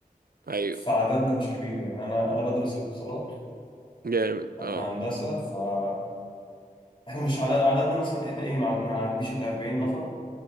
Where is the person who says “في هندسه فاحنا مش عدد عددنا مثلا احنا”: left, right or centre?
Left